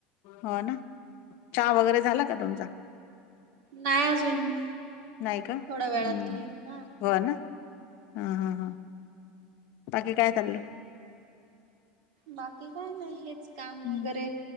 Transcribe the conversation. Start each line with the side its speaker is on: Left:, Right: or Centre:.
Left: हो ना चहा वगैरे झाला का तुमचा?
Right: नाही अजून,
Left: नाही का हम्म.
Right: थोड्या वेळात घेईल हा.
Left: हो ना, हां हां हां, बाकी काय चाललं?
Right: बाकी काय नाही हेच काम
Left: हम्म,
Right: वगैरे